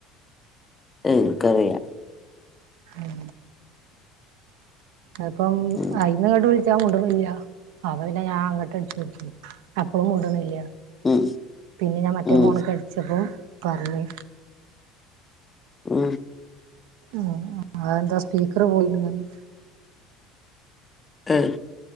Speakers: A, on the left; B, on the right.
A: ഏർക്കറിയാം
B: ഉം അപ്പം
A: ഉം
B: അയിന്ന ട് വിൾ മുണ്ട്ണില്ല അപ്പൊ പിന്നെ ഞാൻ അങ്ങട്ട് അടിച്ചു നോക്കി അപ്പളും മുണ്ട്ണില്ല
A: ഉം
B: പിന്നെ ഞാൻ മറ്റേ
A: ഉം
B: ഫോൺ കടിച്ചപ്പോ പറഞ്ഞു
A: ആ
B: ഉ ആ എന്താ സ്പീക്കർ പോയിണ് പറ ഞ്ഞ്
A: ഏ